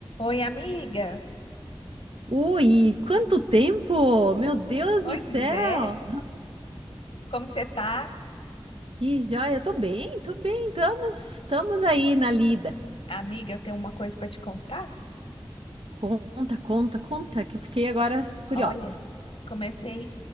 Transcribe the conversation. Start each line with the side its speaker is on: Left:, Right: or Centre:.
Left: Oi, amiga.
Right: Ui, quanto tempo! Meu Deus
Left: Pois
Right: do céu!
Left: é. Como que você tá?
Right: Que joia! Tô bem, tô bem, estamos, estamos aí na lida.
Left: Amiga, eu tenho uma coisa pra te contar.
Right: Conta, conta, conta, que eu fiquei agora curiosa.
Left: Olha, comecei